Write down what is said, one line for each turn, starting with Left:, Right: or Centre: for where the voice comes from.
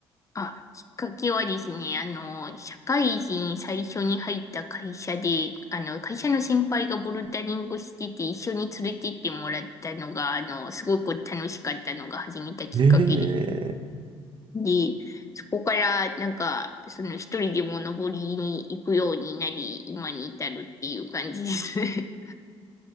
Left: あ、きっかけはですね、あの、社会人最初に入った会社で、あの、会社の先輩がボルダリングしてて、一緒に連れてってもらったのが、あの、すごく楽しかったのが始めたきっかけで、
Right: ええー
Left: で、そこから、なんか、その一人でも登りに行くようになり、今に至るっていう感じですね。<laughs>